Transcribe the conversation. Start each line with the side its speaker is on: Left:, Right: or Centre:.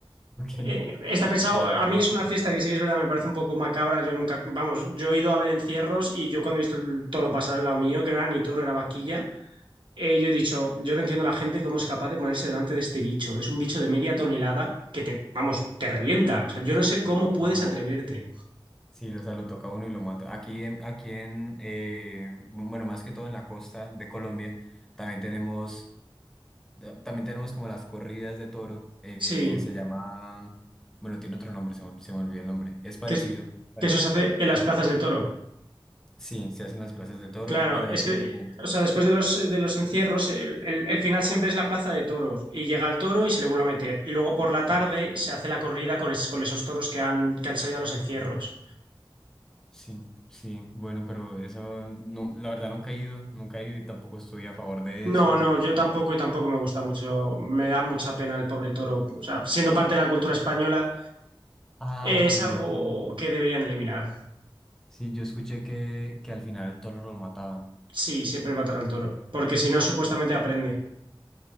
Centre: Ok, <laughs>
Right: Eh, está pensado,
Centre: ok, ya
Right: a
Centre: me estaba
Right: mí es
Centre: asustando.
Right: una fiesta que sí que es verdad, me parece un poco macabra. Yo nunca, vamos, yo he ido a ver encierros y yo cuando he visto el toro pasar al lado mío, que no era ni toro, era vaquilla, eh, yo he dicho, yo no entiendo a la gente cómo es capaz de ponerse delante de este bicho, que es un bicho de media tonelada que te, vamos, te revienta. O sea, yo no sé
Centre: Lo
Right: cómo
Centre: toca.
Right: puedes atreverte.
Centre: Sí, o sea, lo toca a uno y lo mata. Aquí en, aquí en eh, bueno, más que todo en la costa de Colombia, también tenemos, ta- también tenemos como las corridas de toro. eh,
Right: Sí,
Centre: se llama, bueno, tiene otro nombre, se me, se me olvidó el nombre. Es parecido,
Right: que,
Centre: parecido.
Right: que eso se hace en las plazas de toro.
Centre: Sí, se hacen las plazas de toro,
Right: Claro,
Centre: pero
Right: es
Centre: es
Right: que,
Centre: como,
Right: o sea, después de los, de los encierros, el, el- el final siempre es la plaza de toros y llega el toro y se le vuelve a meter. Y luego por la tarde se hace la corrida con, es- con esos toros que han, que han salido a los encierros.
Centre: sí, sí, bueno, pero eso, no, la verdad nunca he ido, nunca he ido y tampoco estoy a favor de
Right: No,
Centre: eso.
Right: no,
Centre: eh,
Right: yo tampoco y tampoco me gusta mucho. Me da mucha pena el pobre toro. O sea, siendo parte de la cultura española,
Centre: Ah,
Right: eh,
Centre: porque
Right: es algo
Centre: yo escuché,
Right: que deberían eliminar.
Centre: sí, yo escuché que, que al final el toro lo mataban.
Right: Sí, siempre matar al toro, porque si no, supuestamente aprende.